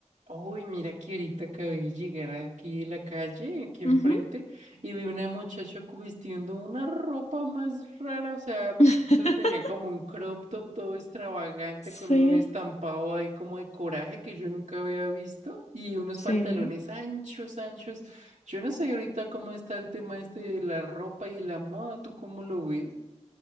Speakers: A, on the right (about 80°); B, on the left (about 65°).
A: Uy, mira que ahorita acabé de llegar aquí de la calle, aquí enfrente,
B: Ujú.
A: y vi una muchacha cu- vistiendo una ropa más rara, o sea,
B: <laughs>
A: eso tenía como un crop top todo extravagante
B: Sí,
A: con un estampado ahí como de coraje que yo nunca había visto y unos
B: sí.
A: pantalones anchos, anchos. Yo no sé ahorita cómo está el tema este de la ropa y la moda, ¿tú cómo lo ves?